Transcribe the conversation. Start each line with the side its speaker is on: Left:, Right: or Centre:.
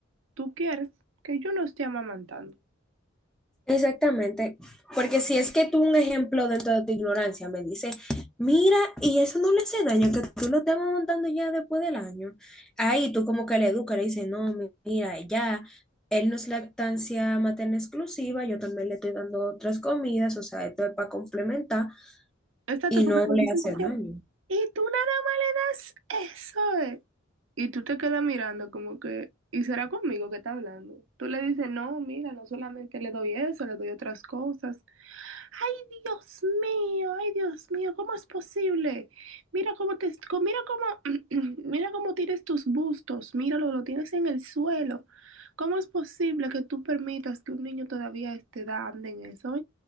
Right: tú quieres que yo no esté amamantando.
Centre: Exactamente, porque si es que tú un ejemplo dentro de tu ignorancia me dice, mira, y eso no le hace daño, que tú lo estés montando ya después del año, ahí tú como que le educas, le dices, no, mi- mira, ya, él no es lactancia materna exclusiva, yo también le estoy dando otras comidas, o sea, esto es para complementar
Right: Exacto,
Centre: y
Right: porque
Centre: no
Right: te
Centre: le
Right: dicen
Centre: hace daño.
Right: Y tú nada más le das eso, eh. Y tú te quedas mirando como que, ¿y será conmigo que está hablando? Tú le dices, no, mira, no solamente le doy eso, le doy otras cosas. Ay, Dios mío, ay, Dios mío, ¿cómo es posible? Mira cómo te, co- mira cómo, <clears throat> mira cómo tienes tus bustos, míralo, lo tienes en el suelo. ¿Cómo es posible que tú permitas que un niño todavía a esta edad ande en eso?